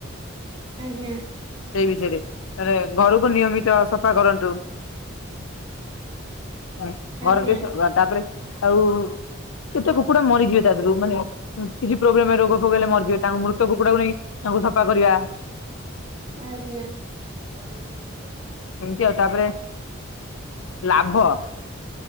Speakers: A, on the right; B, on the left.
A: ଆଜ୍ଞା
B: ସେଇ ବିଷୟରେ ମାନେ ଘରକୁ ନିୟମିତ ସଫା କରନ୍ତୁ। ହୁଁ
A: ଆଜ୍ଞା
B: ଘର ଡିସ୍ <unintelligible> ତାପରେ ଆଉ କେତେ କୁକୁଡା ମରିଯିବେ ତା ଦେରୁ ମାନେ ଉ କିଛି ପ୍ରୋବ୍ଲେମ ରେ ରୋଗ ଫୋଗ ହେଲେ ମରିଯିବେ ତାଙ୍କୁ ମୃତ କୁକୁଡାକୁ ନେଇ ତାଙ୍କୁ ସଫା କରିବା
A: ଆଜ୍ଞା ଘରେ ଦେଏ ଟିକେ
B: ଏମିତି ଆଉ ତାପରେ ଲାଭ